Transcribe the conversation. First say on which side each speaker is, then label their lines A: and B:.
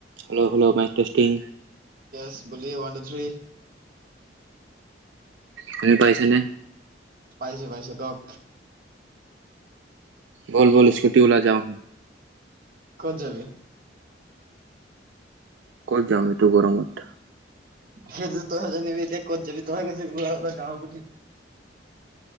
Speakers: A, on the right; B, on the right.
A: Hello hello Mike testing
B: ছ বলিে ন টু থ্ৰী
A: তুমি পাইছ নে
B: পাইছো পাইছো কওক
A: বল বল স্কুটি ওলাই যাওঁ
B: কত যাবি
A: ক'ত যাম এইটোু গৰমত
B: সেইটো তইহ জ নিবিি এতিয়া ক'ত যাবি তোম কছে গলা বলা যও বুলি